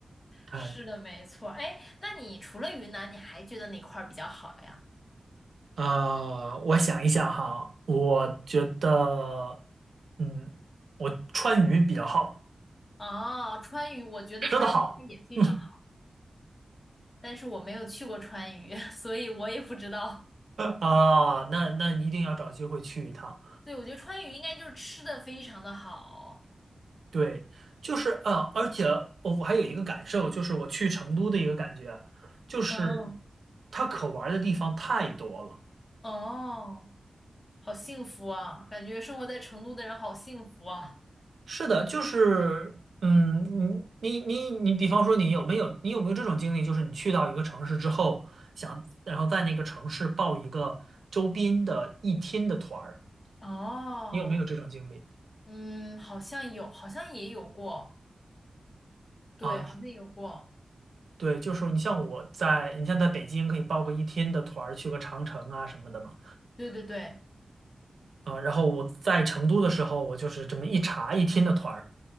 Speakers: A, on the right (about 75°); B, on the left (about 40°).
A: 哎，
B: 是的，没错。哎，那你除了云南，你还觉得哪块儿比较好呀？
A: 呃，我想一想哈，我觉得，嗯，我川渝比较好，
B: 哦，川渝，我觉得川渝它也非常好，
A: 吃的好。<laughs>
B: 但是我没有去过川渝，<laughs> 所以我也不知道。
A: 啊，那那一定要找机会去一趟。
B: 对，我觉得川渝应该就是吃的非常的好。
A: 对，就是嗯，呃而且我我还有一个感受，就是我去成都的一个感觉，就是
B: 嗯，
A: 它可玩儿的地方太多了。
B: 哦，好幸福啊，感觉生活在成都的人好幸福啊。
A: 是的，就是嗯，你你你你，比方说你有没有你有没有这种经历，就是你去到一个城市之后，想然后在那个城市报一个周边的一天的团儿，
B: 哦，
A: 你有没有这种经历？
B: 嗯，好像有，好像也有过。对，
A: 啊，
B: 好像有过，
A: 对，就是你像我在，你像在北京可以报个一天的团儿，去个长城啊什么的嘛。
B: 对对对，
A: 啊，然后我在成都的时候，我就是这么一查一听的团儿，